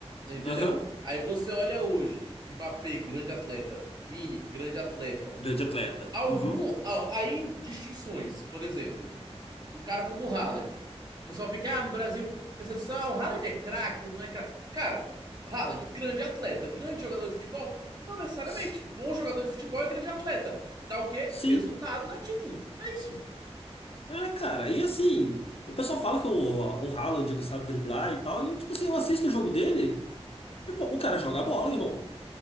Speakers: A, on the right; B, on the left.
A: Entendeu?
B: Aham.
A: Aí você olha hoje, Mbappé, grande atleta. Vini, grande atleta.
B: Grande atleta.
A: Algum,
B: Uhum.
A: a- aí distinções, por exemplo um cara como o Haaland. O pessoal fica, ah, no Brasil, fica essa discussão, ah, o Haaland é craque, não é craque. Cara, Haaland, grande atleta, grande jogador de futebol? Não necessariamente.
B: S-
A: Bom jogador de futebol e grande atleta. Dá o quê?
B: Sim.
A: Resultado, dá título. É isso.
B: Ah, cara, e assim, o pessoal fala que o, o Haaland não sabe driblar e tal, e eu, tipo assim, eu assisto o jogo dele, e pô, o cara joga bola, irmão.